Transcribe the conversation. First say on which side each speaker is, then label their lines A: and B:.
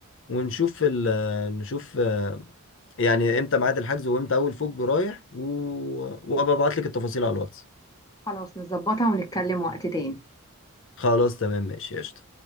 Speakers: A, on the left; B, on the left.
A: ونشوف ال... نشوف آه، يعني امتى ميعاد الحجز وامتى اول فوج رايح و... وابقى ابعت لك التفاصيل على الواتس
B: خلاص نظبطها ونتكلم وقت تاني
A: خلاص تمام ماشي قشطة